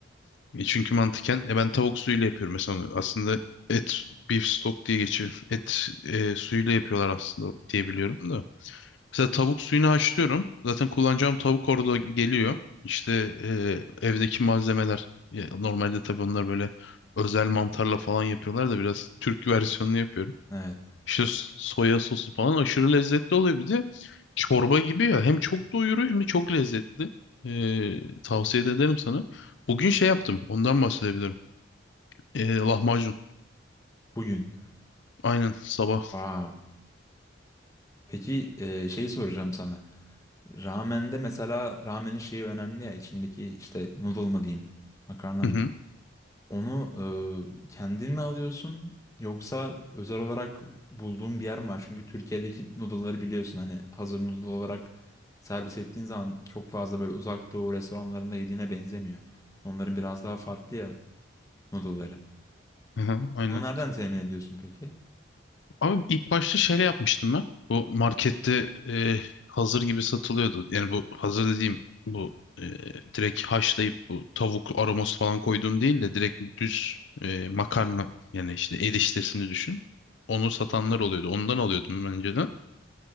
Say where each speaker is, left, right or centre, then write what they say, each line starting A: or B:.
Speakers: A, on the left (about 75°); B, on the left (about 15°).
A: E, çünkü mantıken e, ben tavuk suyuyla yapıyorum mesela. onu. Aslında et beef stock diye geçiyor. Et e, suyuyla yapıyorlar aslında diye biliyorum da. Mesela tavuk suyunu haşlıyorum. Zaten kullanacağım tavuk orada geliyor. İşte e, evdeki malzemeler. Ya, normalde tabii onlar böyle özel mantarla falan yapıyorlar da biraz Türk versiyonunu yapıyorum.
B: Evet.
A: İşte s- soya sosu falan aşırı lezzetli oluyor. Bir de çorba gibi ya. Hem çok doyuruyor hem de çok lezzetli. Ee, tavsiye de ederim sana. Bugün şey yaptım. Ondan bahsedebilirim. Ee, lahmacun.
B: Bugün.
A: Aynen sabah.
B: Wow. Peki e, şeyi soracağım sana. Ramen'de mesela ramenin şeyi önemli ya içindeki işte noodle mı diyeyim, makarna
A: Hı
B: mı
A: hı.
B: diyeyim. Onu e, kendin mi alıyorsun yoksa özel olarak bulduğun bir yer mi var? Çünkü Türkiye'deki noodle'ları biliyorsun hani hazır noodle olarak servis ettiğin zaman çok fazla böyle uzak doğu restoranlarında yediğine benzemiyor. Onların biraz daha farklı ya noodle'ları.
A: Hı hı, Aynen.
B: Onu nereden temin ediyorsun peki?
A: Abi ilk başta şöyle yapmıştım ben. Bu markette e, hazır gibi satılıyordu. Yani bu hazır dediğim bu e, direkt haşlayıp bu tavuk aroması falan koyduğun değil de direkt düz e, makarna yani işte eriştesini düşün. Onu satanlar oluyordu. Ondan alıyordum ben önceden.